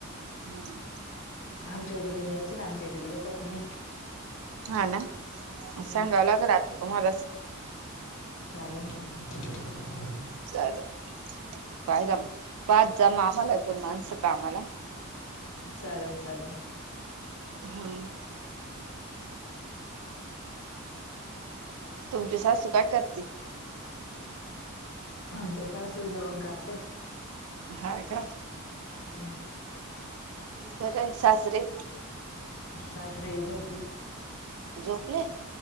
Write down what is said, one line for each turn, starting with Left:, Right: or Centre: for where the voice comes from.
Right: हम्.
Left: आमच्या इकडून न्यायच ना आमच्या इकडले कोकणी.
Right: हा ना,
Left: हम्म
Right: सांगाव लाग राहत तुम्हाला.
Left: चॅलेंज नाही. <unintelligible> <unintelligible> <unintelligible> <inaudible> <inaudible> <inaudible> <inaudible>
Right: चालल. पाहिला पाच जामा आम्हाला आहे, पण माणसं का आम्हाला
Left: चालेल चालेल.
Right: हम तुमची सासु काय करते?
Left: आमची सासू जेवण करते.
Right: हा का?
Left: हम्म.
Right: बरं आहे, सासरे?
Left: सासर झोपले.
Right: झोपले